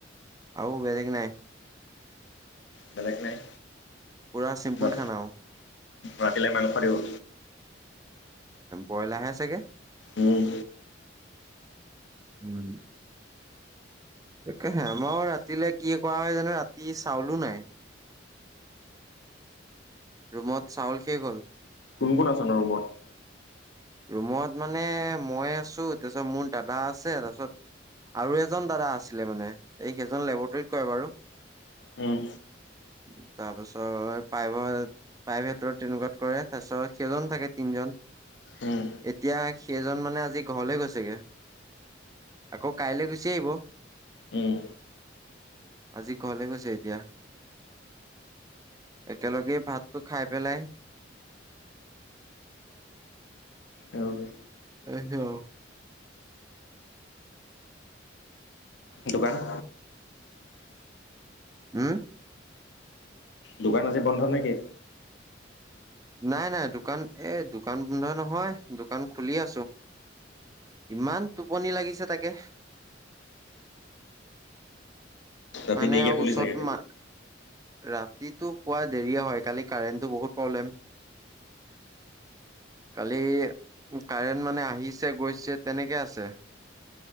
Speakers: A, on the right; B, on the left.
A: আৰু বেলেগ নাই?
B: বেলেগ নাই।
A: পুৰা চিম্পুল
B: ৰা
A: খানা অহ।
B: ৰাতিলে মাংস আনিব।
A: ব্ৰইলাৰাহে চাগে,
B: উম,
A: উম। তাকেহে আমাৰ ৰাতিলে কি কৰা হয় জানোঁ, ৰাতি চাউলো নাই। ৰুমত চাউল শেষ হ'ল।
B: কোন কোন ন' ৰুমত।
A: ৰুমত মানে মই আছোঁ, তাৰপিছত মোৰ দাদা আছে, তাৰপিছত আৰু এজন দাদা আছিলে মানে, এই কেইজন লেবৰেটৰীত কৰে বাৰু।
B: উম,
A: <inaudible> তাৰপিছত প্ৰাইভ-প্ৰাইভেটৰ তেনেকুৱাত কৰে, তাৰপিছত সেইজন থাকে তিনজন।
B: উম,
A: এতিয়া সেইজন মানে আজি ঘৰলে গৈছেগে। আকৌ কাইলৈ গুচি আহিব।
B: উম।
A: আজি ঘৰলে গৈছে এতিয়া। একেলগে ভাতটো খাই পেলাই।
B: আৰু
A: গৈছে বাৰু।
B: দোকান।
A: উম।
B: দোকান আজি বন্ধ নেকি?
A: নাই-নাই দোকান, এ দোকান বন্ধ নহয়, দোকান খুলি আছোঁ। ইমান টোপনি লাগিছে তাকে
B: ৰাতি
A: মানে
B: দেৰিকে
A: আৰু
B: শুলি
A: ওচৰত
B: চাগে।
A: মা ৰাতিটো শূৱা দেৰিয়ে হয়, কালি কাৰেণ্টো বহুত প্ৰব্লেম। কালি কাৰেণ্ট মানে আহিছে গৈছে তেনেকে আছে।